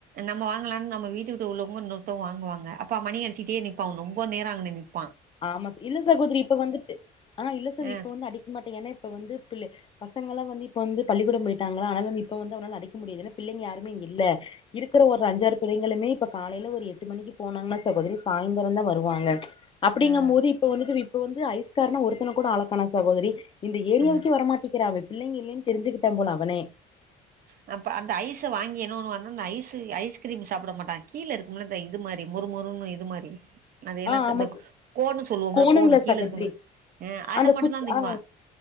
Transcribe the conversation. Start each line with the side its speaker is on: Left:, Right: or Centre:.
Right: நம்ம வாங்கலானலும்நம்ம வீட்டுக்கிட்ட உள்ளவங்க நூ நூத்தம் வாங்குவாங்க கா மணியடிச்சிட்டே நிப்பகா ரொம்ப நேர <unintelligible>
Left: ஆம்மா ச இல்லசகோதரி இப்ப வந்துட்டுஆ இல்ல சவந்து
Right: ஆ
Left: அடிக்க மாட்டே ஏன்னா இப்ப வந்து பிள பசகலவந்துயிப்ப வந்து பள்ளிக்கூடம் போயிட்டாங்களா ஆனால வந்து இப்ப வந்து அவாகலடிக்க முடியாதுன்ன பிளங்க யாமே இங்க இல்ல இருகிற ஒரு அஞ்சுஆறு பிள்ளகளுமே இப்ப காலையில ஒரு எட்டு மணிக்கு போனாங்க சகோதரி சாய்ந்தரம் தா வருவாங்க அப்டிங்கும்
Right: ஆ ஆ
Left: போது இப்ப வந்துட்டு இப்ப வந்து ஐஸ்காரன ஒருத்தன கூட ஆளக்கனோ சகோதரி இந்த ஏரியாவுக்கே
Right: ம்
Left: வரமாட்டிக்கிறா பிள்ளங்க இல்லன்னு தெரிஞ்சுக்கிட்ட போல அவனே
Right: ஹா அப்ப அந்த ஐஸ்ச வாங்கினணு அந்த ஐஸ்ச ஐஸ்கிரீம் சாப்பிட மாட்டங்க கீழ இருக்குன்னு அந்த இது மாரி மொறுமொறுன்னு இது மாரி அதெல்லாம்
Left: ஆ
Right: செத்த
Left: ஆமா ச-
Right: கோன்னு சொல்லுவோம்மல
Left: கோணுங்களா
Right: கோன்னு கீலயிருக்குமே
Left: சகோதரி
Right: அத
Left: அந்த
Right: மட்டுதா
Left: குத்
Right: தின்பா
Left: ஆ